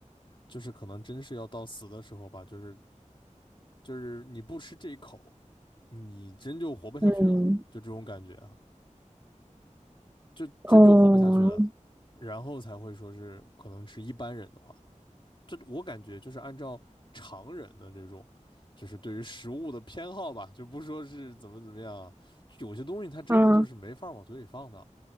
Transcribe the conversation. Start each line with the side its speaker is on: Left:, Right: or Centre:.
Left: 就是可能真是要到死的时候吧，就是就是你不吃这一口，你真就活不下去了，
Right: 嗯，
Left: 就这种感觉啊，就真就活不下去了，
Right: 哦，
Left: 然后才会说是可能是一般人的话，这我感觉就是按照常人的这种，就是对于食物的偏好吧，就不说是怎么怎么样啊有些东西它真的就是没法往嘴里放的。
Right: 啊，